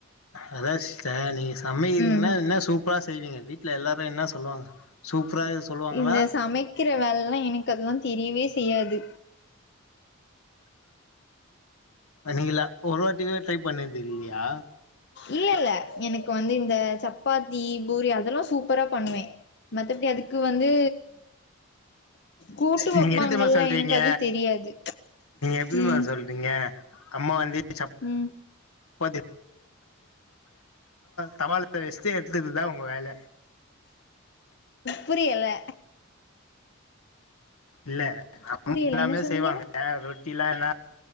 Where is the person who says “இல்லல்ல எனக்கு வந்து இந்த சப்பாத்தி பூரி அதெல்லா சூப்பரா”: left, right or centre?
Left